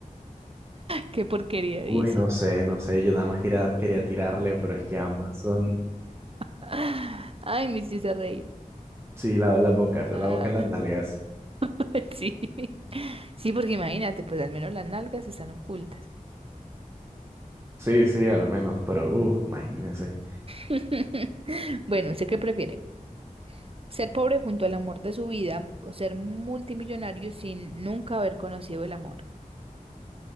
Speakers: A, on the right; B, on the right.
A: Qué porquería dice.
B: Uy, no sé, no sé, yo nada más quería, quería tirarle, pero es que ambas son...
A: Ah, Ay, me hiciste reír.
B: Sí, la, las bocas,
A: Ah,
B: la boca en las nalgas.
A: <laughs> sí. Sí, porque imagínate, pues al menos las nalgas están ocultas.
B: Sí, sí, al menos, pero, uh, imagínese.
A: <laughs> Bueno, sé qué prefiere. Ser pobre junto al amor de su vida o ser multimillonario sin nunca haber conocido el amor.